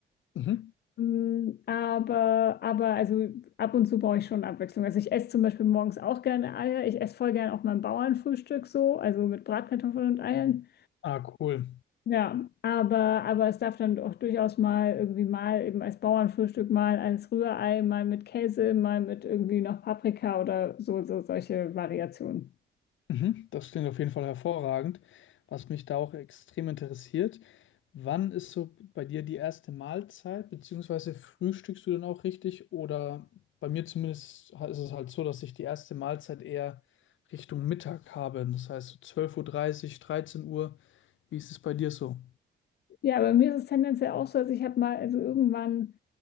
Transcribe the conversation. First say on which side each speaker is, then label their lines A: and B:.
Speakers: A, on the left (about 75°); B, on the left (about 55°).
A: Mhm.
B: Mm, Aber, aber also ab und zu brauche ich schon Abwechslung. Also ich esse zum Beispiel morgens auch gerne Eier. Ich esse voll gerne auch mein Bauernfrühstück so, also mit Bratkartoffeln und Eiern.
A: Ah, cool.
B: Ja, aber, aber es darf dann auch durchaus mal irgendwie mal eben als Bauernfrühstück, mal als Rührei, mal mit Käse, mal mit irgendwie noch Paprika oder so, so solche Variationen.
A: Mhm, das klingt auf jeden Fall hervorragend. Was mich da auch extrem interessiert, wann ist so bei dir die erste Mahlzeit, beziehungsweise frühstückst du dann auch richtig? Oder bei mir zumindest ist es halt so, dass ich die erste Mahlzeit eher Richtung Mittag habe. Das heißt so 12.30 Uhr, dreißig, dreizehn Uhr. Wie ist es bei dir so?
B: Ja, bei mir ist es tendenziell auch so, also ich habe mal, also irgendwann